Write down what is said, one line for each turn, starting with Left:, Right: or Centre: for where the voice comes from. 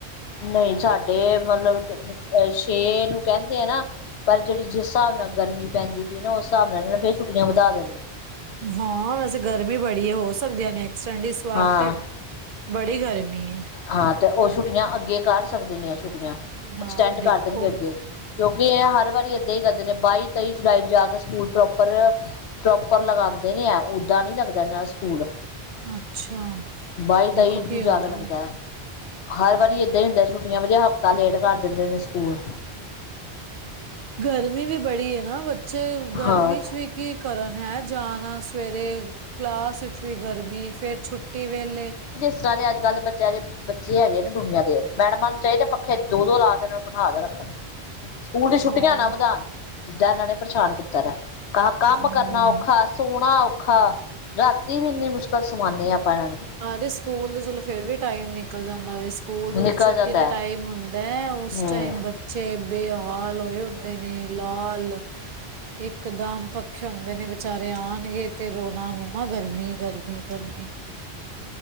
Left: ਨਹੀਂ ਸਾਡੇ ਮਤਲਬ <unintelligible> ਛੇ ਨੂੰ ਕਹਿੰਦੇ ਆ ਨਾ ਪਰ ਜਿਹੜੀ ਜਿਸ ਹਿਸਾਬ ਨਾਲ ਗਰਮੀ ਪੈਂਦੀ ਪਈ ਨਾ ਉਸ ਹਿਸਾਬ ਨਾਲ ਫੇਰ ਛੁੱਟੀਆਂ ਵਧਾ ਦੈਣੀਆਂ।
Right: ਹਾਂ ਵੈਸੇ ਗਰਮੀ ਬੜੀ ਏ ਹੋ ਸਕਦੀ ਹੈ ਨੈਕਸਟ <unintelligible>
Left: ਹਾਂ।
Right: ਤੇ, ਬੜੀ ਗਰਮੀ ਏ।
Left: ਹਾਂ ਤੇ ਉਹ ਛੁੱਟੀਆਂ ਅੱਗੇ ਕਰ ਸਕਦੇ ਨੇ ਆ ਛੁੱਟੀਆਂ,
Right: ਹਾਂ
Left: ਐਕਸਟੈਂਡ
Right: ਦੇਖੋ
Left: ਕਰ ਦੇਣਗੇ ਅੱਗੇ। ਕਿਉਂਕਿ ਇਹ ਹਰ ਵਾਰੀ ਏਦਾਂ ਹੀ ਕਰਦੇ ਨੇ ਬਾਈ, ਤੇਈ ਜੁਲਾਈ ਨੂੰ ਜਾ ਕੇ ਸਕੂਲ ਪ੍ਰੋਪਰ ਪ੍ਰੋਪਰ ਲਗਾਉਂਦੇ ਨੇ ਹੈ ਓੱਦਾਂ ਨਹੀਂ ਲੱਗਦਾ ਇਹਨਾਂ ਦਾ ਸਕੂਲ।
Right: ਅੱਛਾ।
Left: ਬਾਈ,
Right: ਦੇਖੋ
Left: ਤੇਈ ਨੂੰ
Right: ਕੀ
Left: ਜਾ
Right: ਹੁੰਦਾ
Left: ਕੇ ਲੱਗਦਾ
Right: ਵਾ।
Left: ਹੈ। ਹਰ ਵਾਰੀ ਏਦਾਂ ਹੀ ਹੁੰਦਾ ਛੁੱਟੀਆਂ ਵ ਜੇ ਹਫ਼ਤਾ ਲੇਟ ਕਰ ਦਿੰਦੇ ਨੇ ਸਕੂਲ
Right: ਗਰਮੀ ਵੀ ਬੜੀ ਐ ਨਾ ਬੱਚੇ ਗਰਮੀ
Left: ਹਾਂ
Right: ਚ ਵੀ ਕਿ ਕਰਨ ਹੈ ਜਾਣਾ ਸਵੇਰੇ ਕਲਾਸ ਵਿੱਚ ਵੀ ਗਰਮੀ, ਫੇਰ ਛੁੱਟੀ ਵੇਲੇ
Left: ਸਾਰੇ ਅੱਜ-ਕੱਲ ਦੇ ਬੱਚਿਆਂ ਦੇ ਬੱਚੇ ਹੈਗੇ ਨੇ ਦੁਨੀਆਂ ਦੇ, ਮੈਡਮਾਂ ਨੂੰ ਚਾਹੀਦੇ ਪੱਖੇ ਦੋ-ਦੋ ਲਾ ਕੇ ਇਹਨਾਂ ਨੂੰ ਬੈਠਾ ਕੇ ਰੱਖਣ। ਸਕੂਲ ਦੀ ਛੁੱਟੀਆਂ
Right: ਹਾਂ
Left: ਨਾ ਵਧਾਣ, ਜਿੱਦਾਂ ਇਹਨਾਂ ਨੇ ਪਰੇਸ਼ਾਨ ਕੀਤਾ ਐ। ਕ ਕੰਮ
Right: ਹਮ
Left: ਕਰਨਾ ਔਖਾ, ਸੋਣਾ ਔਖਾ, ਰਾਤੀ ਵੀ ਇੰਨੀ ਮੁਸ਼ਕਿਲ ਸੁਾਣੇ ਆ ਆਪਾਂ ਇਹਨਾਂ ਨੂੰ।
Right: ਅਰੇ ਸਕੂਲ ਚਲੋ ਫੇਰ ਵੀ ਟਾਈਮ ਨਿਕਲ ਜਾਂਦਾ ਵੇ। ਸਕੂਲ ਤੋਂ
Left: ਨਿਕਲ
Right: ਜੋ ਛੁੱਟੀ
Left: ਜਾਂਦਾ
Right: ਦਾ
Left: ਹੈ
Right: ਟਾਈਮ ਹੁੰਦਾ ਐ, ਉਸ
Left: ਹਮ
Right: ਟਾਈਮ ਬੱਚੇ ਬੱਚੇ ਬੇਹਾਲ ਹੋਏ ਹੁੰਦੇ ਨੇ, ਲਾਲ ਇਕਦਮ ਪੱਖੇ ਹੁੰਦੇ ਨੇ ਬਚਾਰੇ ਆਣਗੇ ਤੇ ਰੋਣਾ, ਮੰਮਾ ਗਰਮੀ-ਗਰਮੀ-ਗਰਮੀ।